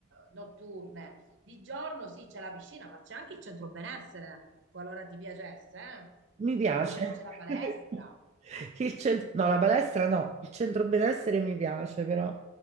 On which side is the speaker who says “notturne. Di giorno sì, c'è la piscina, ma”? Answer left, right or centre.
Right